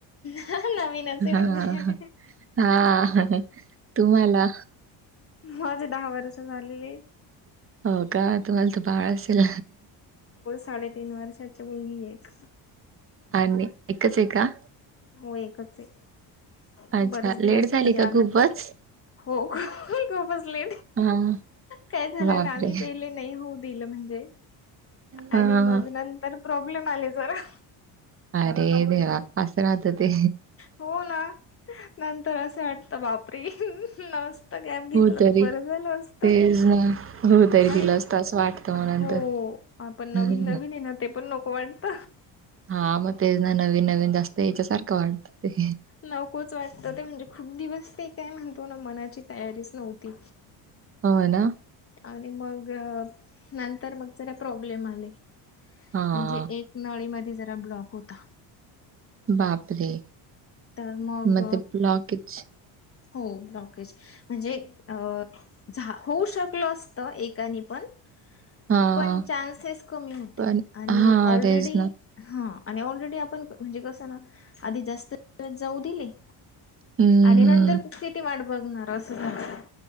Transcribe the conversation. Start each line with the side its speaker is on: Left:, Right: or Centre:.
Left: ह नवीनच आहे
Right: हां,
Left: म्हगजे
Right: हां. हां. तुम्हाला?
Left: माजे दहा वर्ष झालेली
Right: हो का तुम्हाला तर बाळ असेल
Left: साडे तिन बार सच बुली एक
Right: अ एकाचेका
Left: हो एकच आहे
Right: अच्छा.
Left: बरेच
Right: लेट
Left: दिवस
Right: झाली
Left: म्हणजे
Right: का
Left: आम्ही
Right: खूपच?
Left: हो ख ग बसले
Right: हां.
Left: काय झालंय
Right: बापरे!
Left: ना आम्ही पहिले नाही होऊ दिलं म्हणजे
Right: हां.
Left: आणि मग नंतर प्रॉब्लेम आले जरा
Right: अरे देवा आसरात ते
Left: हो ना नंतर असं वाटतं बापरी न गॅप घेतलं
Right: हो तरी.
Left: बरं झालं असत
Right: तेच ना. हो तरी
Left: आणि
Right: तिला असतं असं वाटतं मग
Left: हो
Right: नंतर.
Left: पण
Right: हां,
Left: नवीन नवीन ये ना ते पण नको वाटत
Right: हा मग ते ना नवीन नवीन जास्त याच्यासारखं वाटत ते
Left: नकोच वाटत ते म्हणजे खूप दिवस ते काय म्हणतो ना मनाची तयारीच नव्हती
Right: हो ना
Left: आणि मग नंतर मग जरा प्रॉब्लेम आले
Right: हां.
Left: म्हणजे एक नळीमध्ये जरा ब्लॉक होता
Right: बापरे
Left: तर मग
Right: मत ब्लॉकच
Left: हो ब्लॉकेज म्हणजे अ झा होऊ शकलो असत एकाने पण
Right: हां.
Left: पण चान्सेस कमी होते
Right: पण
Left: आणि
Right: हा
Left: ऑलरेडी
Right: तेच ना
Left: हा आणि ऑलरेडी आपण म्हणजे कसं ना आधी जास्त जाऊ दिले
Right: हम्म
Left: आणि
Right: हम्म
Left: नंतर खुप किती माट बघणार असं सांग